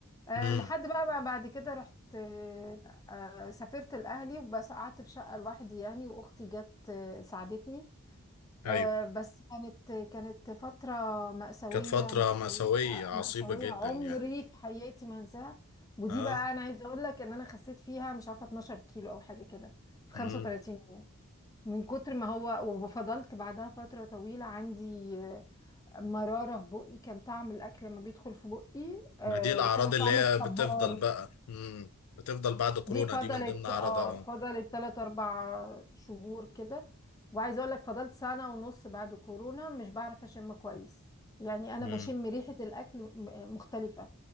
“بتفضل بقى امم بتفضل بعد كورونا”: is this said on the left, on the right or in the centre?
Left